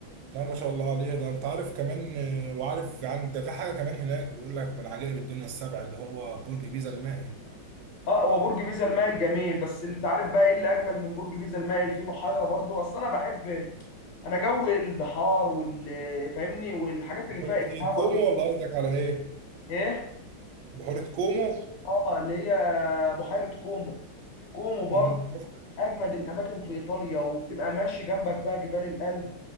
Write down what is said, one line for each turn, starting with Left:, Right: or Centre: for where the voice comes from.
Right: لا ما شاء الله عليها ده انت عارف كمان آه، وعارف عن ده في حاجه كمان هناك بيقول لك من عجائب الدنيا السبع اللي هو برج بيزا المائل
Left: اه هو برج بيزا المائل جميل بس انت عارف بقى ايه اللي اجمل من برج بيزا المائل في بحيره برضو اصل انا بحب انا جو البحار وال فاهمني والحاجات اللي
Right: بحيره
Left: فيها ايه
Right: ايه
Left: هوا
Right: كومو
Left: كده
Right: ولا قصدك على ايه
Left: ايه
Right: بحيره كومو
Left: اه اللي هي بحيره كومو كومو
Right: مم، شفت؟
Left: اجمد الاماكن في ايطاليا وبتبقى ماشي جنبك بقى جبال الألب